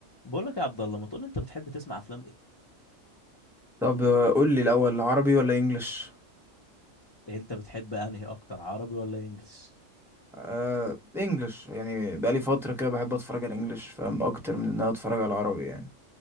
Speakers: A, on the left; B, in the centre.
A: بقول لك يا عبد الله ما تقول لي انت بتحب تسمع افلام ايه
B: طب آه، قول لي الاول عربي ولا انجليش
A: يعني انت بتحب انهي اكتر عربي ولا انجليش
B: آه انجليش يعني بقالي فتره كده بحب اتفرج على الانجليش فاهم اكتر من ان انا اتفرج على العربي يعني